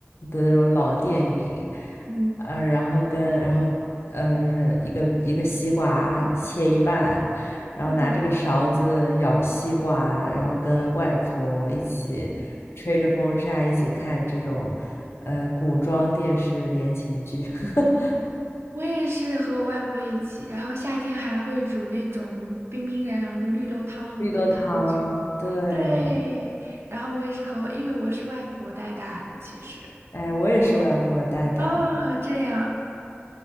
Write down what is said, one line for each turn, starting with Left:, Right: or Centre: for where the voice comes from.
Left: 的那种老电影，
Right: 嗯
Left: 呃，然后跟然后呃，就是一个一个西瓜切一半，然后拿这个勺子舀西瓜，
Right: 嗯，
Left: 然后跟外婆一起吹着风扇，一起看这种呃古装电视言情剧，<laughs>
Right: 我也是和我外婆一起，然后夏天还会煮那种冰冰凉凉的绿豆汤、红豆汤什么的。
Left: 绿豆汤，对，
Right: 对，然后我也是和，因为我是外婆带大的，其实。
Left: 哎，我也是外婆带大的，
Right: 哦，这样，